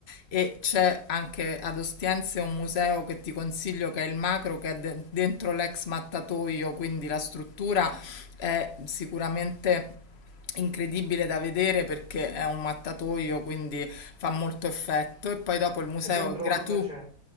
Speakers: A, on the left (about 40°); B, on the right (about 25°).
A: e c'è anche ad Ostiense un museo che ti consiglio che è il Macro, che è de- dentro l'ex mattatoio, quindi la struttura è sicuramente incredibile da vedere perché è un mattatoio, quindi fa molto effetto. E poi dopo il museo
B: E dentro
A: è gratuito.
B: cosa c'è?